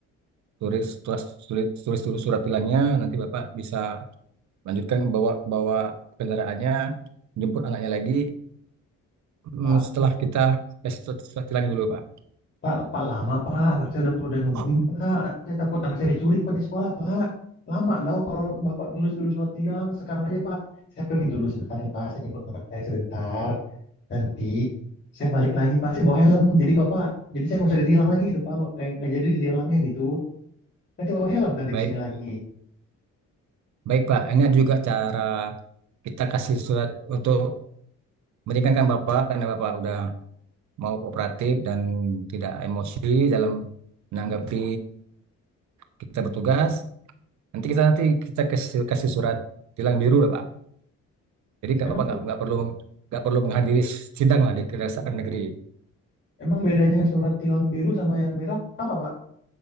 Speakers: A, on the right; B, on the left.
A: tulis tulis tulis tulis, tulis surat tilangnya. Nanti Bapak bisa lanjutkan bawa bawa kendaraannya, jemput anaknya lagi. Hmm,
B: Pak,
A: Setelah kita kasih surat, surat tilang dulu, Pak.
B: Pak, Pak lama Pak, anak saya udah udah nungguin
A: Oh,
B: Pak. Saya takut anak saya diculik Pak di sekolah Pak. Lama loh kalau Bapak nulis dulu surat tiang. Sekarang aja Pak, saya pergi dulu sebentar ya Pak. Saya jemput anak saya sebentar. Nanti saya balik lagi Pak. Saya bawa helm. Jadi Bapak, jadi saya nggak usah ditilang lagi itu Pak. Nggak, nggak nggak jadi ditilangnya gitu. Nanti bawa helm nanti
A: Baik,
B: ke sini lagi.
A: baik Pak. Ini ada juga cara kita kasih surat untuk meringankan Bapak karena Bapak udah mau kooperatif dan tidak emosi dalam menanggapi kita bertugas. Nanti kita nanti kita kasih kasih surat tilang biru lah Pak. Jadi nggak
B: Emang
A: apa-apa nggak nggak perlu meng- nggak perlu menghadiri sidang lah di Kejaksaan Negeri.
B: emang bedanya surat tilang biru sama yang merah apa Pak?